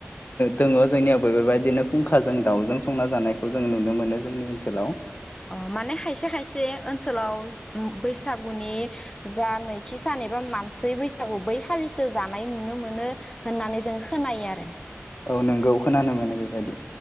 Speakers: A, on the left; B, on the left.
A: दङ जोंनियावबो बेबायदिनो फुंखाजों दाउजों संना जानायखौ जों नुनो मोनो जोंनि ओनसोलाव।
B: अ माने खायसे खायसे ओनसोलाव बैसागुनि जा नैथि सान एबा मानसि बैसागु बै खालिसो जानाय नुनो मोनो होननानै जों खोनायो आरो।
A: औ नोंगौ खोनानो मोनो बेबायदि।